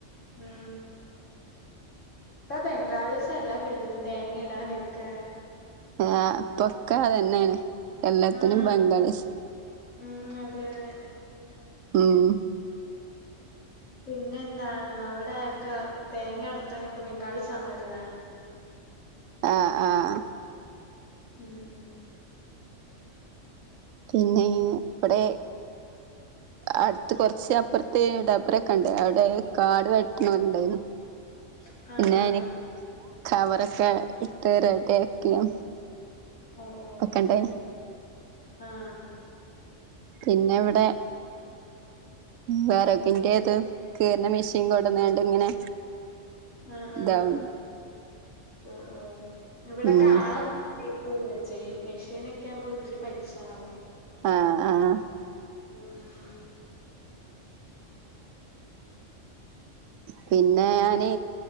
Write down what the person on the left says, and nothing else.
ഉം ഇപ്പൊ ബംഗാളിസ എല്ലാ ഫീൽഡിലും തേങ്ങ ഇടാനൊക്കെ
ആഹ്
ഉം അതെ അതെ
പിന്നെ എന്താണ് അവിടെ ഒക്കെ തേങ്ങ അടത്താനൊക്കെ ബംഗാളിസാണ വരുന്നെ
ഉം
<inaudible>
ആണോ
ആ
ഓ ഓ
ഓ ആഹ്
ആഹ്
ആഹ് ഓ ഓ ഇവിടെക്കെ
ആളെ നിപോവേ ചെയ്യും മെഷീൻ ഒക്കെ ആവുമ്പോ ഒത്തിരി പൈസ ആവും
ഉം